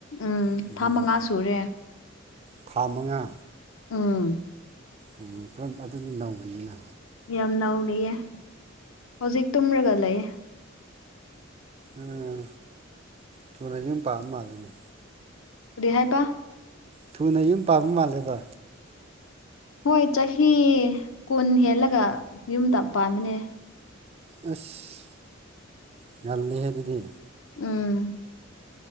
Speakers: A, on the left; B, on the right.
A: ꯎꯝ
B: ꯑꯣ
A: ꯊꯥ ꯃꯉꯥ ꯁꯨꯔꯦ
B: ꯊꯥ ꯃꯉꯥ
A: ꯎꯝ
B: ꯑꯣ ꯀ꯭ꯔꯝ ꯑꯗꯨꯗꯤ ꯅꯧꯔꯤꯅꯤꯅ
A: ꯌꯥꯝ ꯅꯧꯔꯤꯌꯦ ꯍꯧꯖꯤꯛ ꯇꯨꯝꯔꯒ ꯂꯩ
B: ꯑꯥ ꯊꯨꯅ ꯌꯨꯝ ꯄꯥꯝ ꯃꯥꯜꯂꯤꯅꯦ
A: ꯀꯔꯤ ꯍꯥꯏꯕ
B: ꯊꯨꯅ ꯌꯨꯝ ꯄꯥꯝꯕ ꯃꯥꯜꯂꯦꯕ
A: ꯍꯣꯏ ꯆꯍꯤ ꯀꯨꯟ ꯍꯦꯜꯂꯒ ꯌꯨꯝꯇꯥ ꯄꯥꯟꯕꯅꯦ
B: ꯑꯁ ꯉꯟꯂꯤꯍꯦ ꯑꯗꯨꯗꯤ
A: ꯎꯝ